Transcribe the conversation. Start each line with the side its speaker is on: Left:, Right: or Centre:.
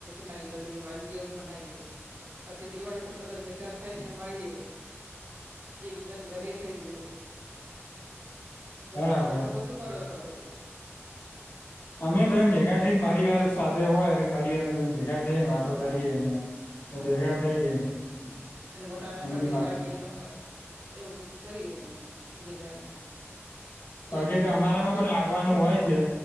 Right: નવી બધી વાનગીઓ બનાવીએ પછી દિવાળી પર બધા ભેગા થઈને મળીએ એકબીજાને ઘરે જઈએ
Left: બરાબર
Right: તમે લોકો શું કરો તો પછી
Left: અમે બધા ભેગા થઈ પરિવાર સાથે હોય પરિવારને ભેગા થઈને વાતો
Right: હા
Left: કરીએ ને
Right: હા
Left: ભેગા
Right: તેમને
Left: થઈએ
Right: મોટાને
Left: અને
Right: પગે
Left: બી વાતો
Right: લાગીએ તો એવું બધું કરીએ અમે એકબીજાને
Left: પગે
Right: લક્ષ્મી
Left: તો
Right: ઓલો
Left: અમારામાં
Right: કોઈ
Left: પણ લાગવાનું હોય છે